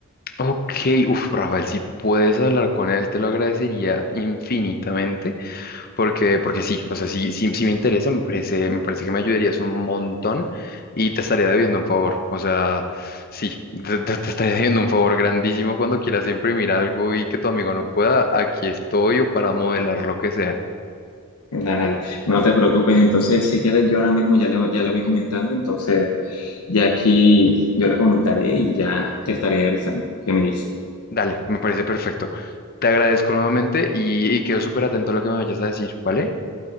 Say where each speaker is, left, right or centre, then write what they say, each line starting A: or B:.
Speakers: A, on the left; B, on the left.
A: ok, uf, Rafael, si puedes hablar con él, te lo agradecería infinitamente, porque, porque sí, o sea, sí, sí, sí me interesa, me parece, me parece que me ayudarías un montón y te estaré debiendo un favor, o sea, sí, te, te- te estaré debiendo un favor grandísimo cuando quieras imprimir algo y que tu amigo no pueda, aquí estoy o para modelar lo que sea.
B: Dale, no te preocupes. Entonces, si quieres, yo ahora mismo ya le, voy- ya le voy comentando. Entonces, ya aquí yo le comentaré y ya te estaré avisando. ¿Qué me dice?
A: Dale, me parece perfecto. Te agradezco nuevamente y, y quedo súper atento a lo que me vayas a decir, ¿vale?